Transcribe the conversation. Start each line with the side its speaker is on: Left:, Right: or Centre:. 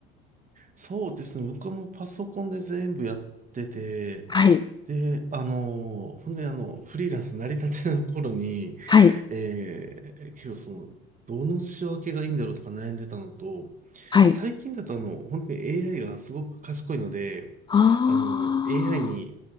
Right: そうですね。僕はもうパソコンで全部やってて、
Left: はい、
Right: で、あのー、ほんであの、フリーランス成り立ての頃に、
Left: はい、
Right: えー、結構その、どの仕分けがいいんだろうとか悩んでたのと、
Left: はい。
Right: 最近だとあの、本当に AI がすごく賢いので、
Left: ああ、
Right: あの、AI に、